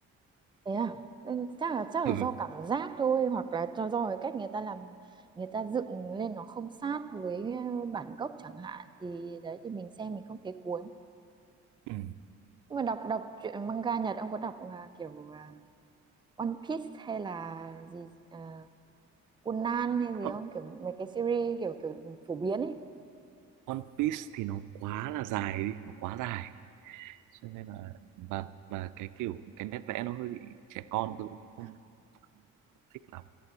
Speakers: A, on the right; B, on the right.
A: thế à Ừ, chắc là chắc
B: <laughs>
A: là do cảm giác thôi hoặc là cho do cái cách người ta làm người ta dựng lên nó không sát với bản gốc chẳng hạn thì đấy thì mình xem mình không thấy cuốn
B: Ừ.
A: nhưng mà đọc đọc truyện manga Nhật ông có đọc là kiểu à, One Piece hay là gì à, Conan hay gì
B: One
A: không kiểu mấy cái series kiểu kiểu phổ biến ấy
B: One Piece thì nó quá là dài đi nó quá dài cho nên là và và cái kiểu cái nét vẽ nó hơi bị trẻ con tôi cũng không, không thích lắm